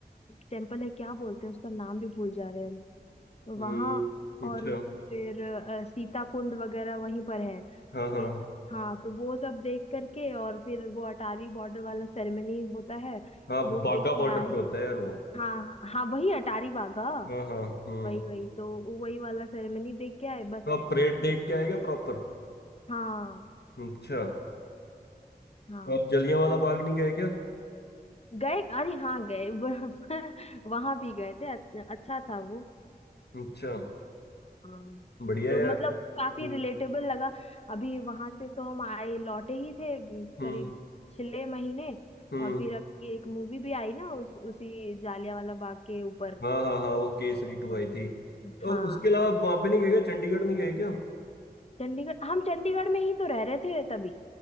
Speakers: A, on the left; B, on the left.
A: टेम्पल है क्या बोलते हैं उसका नाम भी भूल जा रहे हैं हम
B: हम्म
A: वहाँ और
B: अच्छा
A: फिर अ, सीता कुंड वगैरह वहीं पर है
B: हाँ हाँ
A: ये सब- हाँ तो वो सब देख करके और फिर वो अटारी बॉर्डर वाला सेरेमनी होता है
B: हाँ
A: वो
B: बागा
A: देख के
B: बॉर्डर
A: आए
B: पे होता
A: थे।
B: है यार वो
A: हाँ हाँ वही अटारी वाघा
B: हाँ हाँ हम्म
A: वही वही तो वही वाला सेरेमनी देख के आए बस
B: तो आप परेड देख के आए क्या प्रॉपर
A: हाँ
B: अच्छा
A: हाँ
B: तो आप जलियांवाला बाग नहीं गए क्या
A: गए अरे हाँ गए <laughs> वहां भी गए थे अच- अच्छा था वो
B: अच्छा
A: हाँ
B: बढ़िया
A: तो
B: यार
A: मतलब काफी
B: हम्म
A: रिलेटेबल लगा अभी वहां से तो हम आए लौटे ही थे उम,
B: हम्म
A: करीब छह महीने
B: हम्म
A: और फिर अभी एक मूवी भी आई ना उस, उसी जालियांवाला बाग के ऊपर
B: हाँ हाँ हाँ वो केसरी टू
A: हाँ
B: आई थी और
A: हाँ
B: उसके अलावा आप वहां पे नहीं गए क्या चंडीगढ़ नहीं गए क्या
A: चंडीगढ़ हम चंडीगढ़ में ही तो रह रहे थे तभी